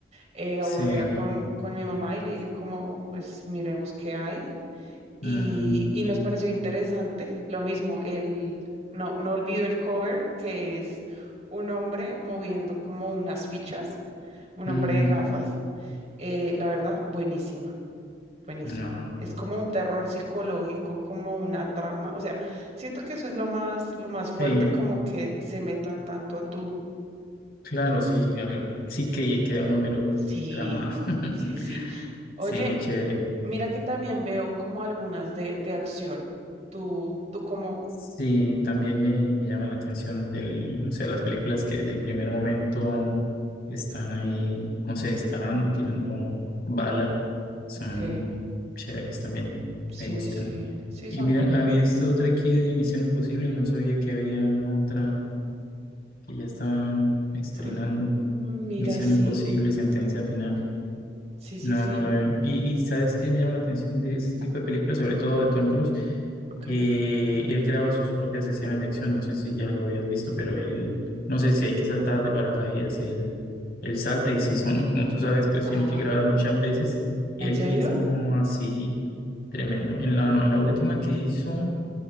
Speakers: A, on the right; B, on the left.
A: eh, aburrida
B: Sí.
A: con, con mi mamá y le dije como pues miremos qué hay. y,
B: Mm,
A: y nos pareció interesante. Lo mismo, el, no, no olvido el cover, que es un hombre moviendo como unas fichas, un
B: mm,
A: hombre de gafas. Eh, la verdad, buenísima, buenísima.
B: no.
A: Es como un terror psicológico, como una trama. O sea, siento que eso es lo más, lo más fuerte,
B: Sí,
A: como que se metan tanto a tu...
B: claro,
A: a-
B: sí. al- Sí que ahí queda uno, pero
A: Sí,
B: tramado. <laughs>
A: sí, sí. Oye,
B: Sí, muy chévere.
A: mira que también veo como algunas de, de acción. Tú, tú como,
B: Sí, también me, me llama la atención del, o sea, las películas que del primer momento están ahí, no sé, disparando, tirando bala, son
A: ok.
B: chéveres también,
A: Sí,
B: me gustan.
A: sí, sí,
B: Y
A: son
B: mira,
A: como...
B: había visto otra aquí de Misión Imposible, no sabía que había otra que ya estaban estrenando,
A: Mm, Mira,
B: Misión
A: sí,
B: Imposible, Sentencia Final.
A: sí, sí,
B: No,
A: sí,
B: no la veo. Y, y ¿sabes qué me llama la atención de ese tipo de películas, sobre todo de Tom Cruise?
A: ok.
B: Que él graba sus propias escenas de acción. No sé si ya lo habías visto, pero él, no sé si hay que saltar de paracaídas, él, él salta y si son, como tú sabes, pues
A: Ah,
B: tienen que grabar muchas veces. Él
A: ¿en serio?
B: mismo así, tremendo. En la, en la última que hizo,